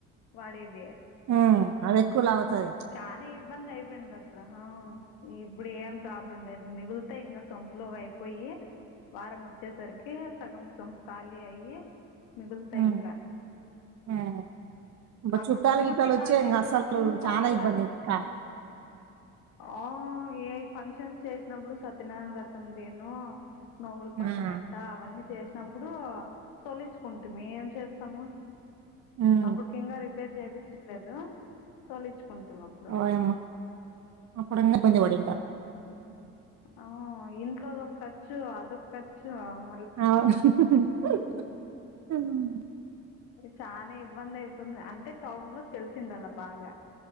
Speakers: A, on the left (about 80°); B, on the right (about 45°).
A: వాడేది.
B: వ్మ్ అది ఎక్కువ లెగుతాది
A: చానా ఇబ్బంది అయిపోయిందిగా అప్పుడు ఇప్పుడు ఏం ప్రాబ్లం లేదు మిగులు ఆ ఇంగా సంపులోవి అయిపోయి వారం వచ్చేసరికి సగం సొంపు ఖాళీ అయ్యి మిగులుతాయి
B: ఉమ్,
A: ఇంకా
B: ఉమ్. బ-
A: అప్పుడు
B: చుట్టాలు
A: పూర్తి
B: గిట్టాలు వచ్చే
A: కాలి
B: ఇంకా
A: అయిపోతా
B: అసలు
A: చూసు కోవలా
B: చాలా ఇబ్బంది ఇంకా
A: ఆ ఏ ఫంక్షన్స్ చేసినప్పుడు సత్యనారాయణ వ్రతం దేను నోముల్ పండగన్
B: ఉమ్,
A: టా అవన్నీ చేసినప్పుడు తొలచుకుంటు మేం ఏం చేస్తాము.
B: ఉమ్,
A: అప్పుడు ఖ్యంగా రిపేర్ చెపీచట్లేదు. తొలచుకుంటున్నము.
B: ఓయమ్మ అప్పుడుంగా బంది వాడంట
A: అవు ఇంట్లోదొఖర్చు అదొఖర్చు అవు
B: అవు
A: చాన ఇబ్బంది అయితుంది. అంటే టౌన్ లో తెలిసింది అలా బాగా